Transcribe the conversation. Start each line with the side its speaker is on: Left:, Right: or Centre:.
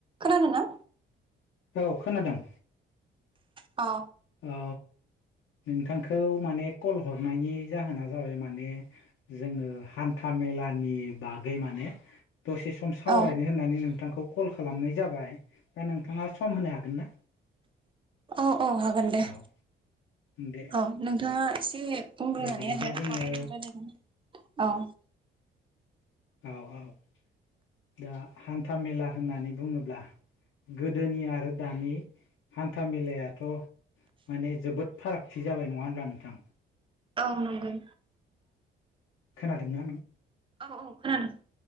Right: खोनादों ना?
Left: औ खोनादों।
Right: औ।
Left: औ नोंथांखौ माने कल हरनायनि जाहोना जाबाय माने जोंङो हान्था मेलानि बागै माने दसे स सम सावरायनो
Right: औ
Left: होननानै नोंथांखौ कल खालामनाय जाबाय दा नोंथांङा सम होनो हागोन ना?
Right: अ औ हागोन दे।
Left: औ दे
Right: औ नोंथानङा एसे बुंंग्रा
Left: दे
Right: जानाय
Left: बिदिब्ला
Right: आरो
Left: जोङो
Right: माबायदि रायलायगोन। औ।
Left: औ औ। दा हान्था मेला होननानै बुङोब्ला गोदोनि आरो दानि हान्था मेलायाथ' माने जोबोद फारागथि जाबाय नङा होनब्ला नोंथां।
Right: औ नंगो।
Left: खोनादोंना
Right: औ औ खोनांदों